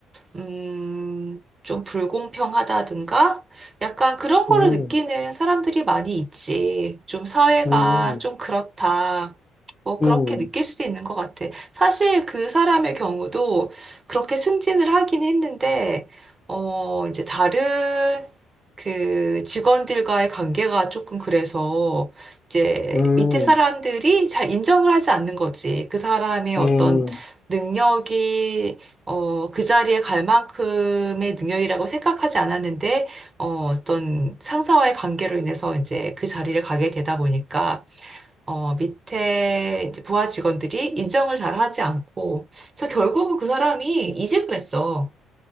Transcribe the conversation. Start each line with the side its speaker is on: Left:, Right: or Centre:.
Right: 음, 좀 불공평하다든가 약간 그런 거를
Left: 음,
Right: 느끼는 사람들이 많이 있지. 좀 사회가
Left: 음,
Right: 좀 그렇다. 뭐 그렇게
Left: 음,
Right: 느낄 수도 있는 것 같아. 사실 그 사람의 경우도 그렇게 승진을 하긴 했는데, 어, 이제 다른 그 직원들과의 관계가 조금 그래서 이제
Left: 음,
Right: 밑에 사람들이 잘 인정을 하지 않는 거지. 그 사람의 어떤
Left: 음,
Right: 능력이 어, 그 자리에 갈 만큼의 능력이라고 생각하지 않았는데 어, 어떤 상사와의 관계로 인해서 이제 그 자리를 가게 되다 보니까 어, 밑에 이제 부하 직원들이 인정을 잘 하지 않고 그래서 결국은 그 사람이 이직을 했어.